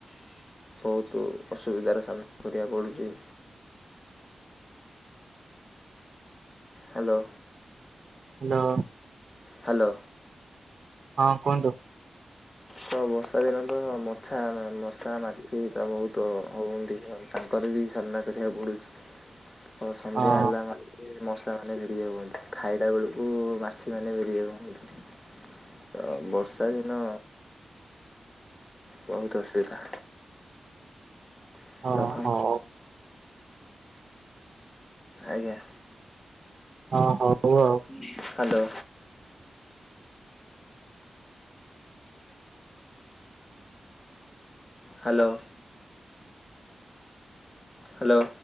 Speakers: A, on the left (about 30°); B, on the right (about 60°).
A: ବହୁତ ଅସୁବିଧାର ସାମ୍ନା କରିବାକୁ ପଡ଼ୁଛି। ହ୍ୟାଲୋ।
B: ହ୍ୟାଲୋ।
A: ହ୍ୟାଲୋ।
B: ହଁ କୁହନ୍ତୁ।
A: ତ ବର୍ଷା ଦିନ ତ ମଛା ମଶା ମାଛି ତା ବହୁତ ହୁଅନ୍ତି ଆଉ। ତାଙ୍କର ବି ସାମ୍ନା କରିବାକୁ ପଡୁଛି ଆ ସନ୍ଧ୍ୟା
B: ହଁ
A: ହେଲା ମାନେ ମଶ। <unintelligible> ବର୍ଷା ଦିନଉ। ବହୁତ ଅସୁବିଧା। ତ
B: ହଁ ହଉ।
A: ଆଜ୍ଞା।
B: ହଁ ହଉ ଆଉ।
A: ହ୍ୟାଲୋ। ହ୍ୟାଲୋ। ହ୍ୟାଲୋ।